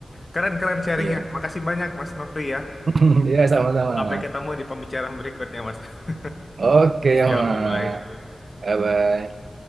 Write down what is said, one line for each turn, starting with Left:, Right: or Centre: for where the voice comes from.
Left: Keren-keren sharingnya.
Right: iya.
Left: Makasih banyak Mas Nofri ya.
Right: <laughs> Iya, Ya, sama-sama.
Left: Sampai ketemu di pembicaraan berikutnya Mas. <laughs>
Right: Oke, ya,
Left: Ya,
Right: Mas.
Left: bye-bye.
Right: Bye bye.